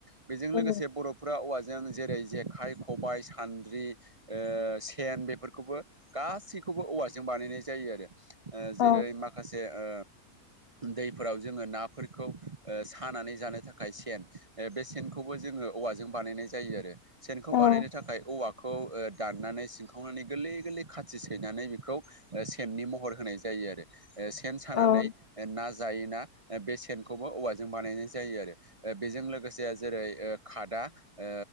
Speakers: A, on the right; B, on the left.
A: बेजों
B: उम
A: लोगोसे बर'फोरा औवाजों जेरै जेखाइ खबायाइ सान्द्रि ओ सेन बेफोरखौबो गासैखौबो औवाजों बानायनाय जायो आरो। ओ
B: औ
A: जेरै माखासे ओ दैफोराव जोङो नाफोरखौ ओ सानानै जानो थाखाय सेन ओ बे सेनखौबो जोङो औवाजों बानायनाय जायो आरो। सेन खौ
B: औ
A: बानायनो थाखाय। औवाखौ ओ दाननानै सिंखावनानै गोरलै गोरलै खाथि सैनानै बेखौ ओ सेननि महर होनाय जायो आरो। ओ सेन सानानै
B: औ
A: ओ ना जायोना ओ बे सेनखौबो औवाजों बानायनाय जायो आरो। ओ बेजों लोगोसे जेरै ओ खादा ओ